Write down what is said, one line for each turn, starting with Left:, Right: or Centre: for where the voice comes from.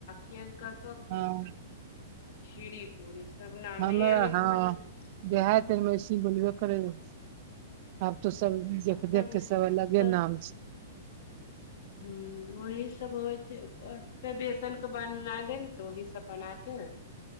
Left: के कहतो किछु
Right: हँ
Left: खिरी पूरी सब नामे
Right: हमे
Left: अलग
Right: हँ
Left: हो गेलै छै
Right: देहाएत
Left: तब
Right: एहिमे अइसेही बोलबे करै रहो आब त सब देख
Left: असममे
Right: देख के
Left: तब
Right: सब अलगे नाम छै
Left: हम्म ओही सब होइ छै त बेसन के बननाइ देेल तऽ ओह सब बनाय के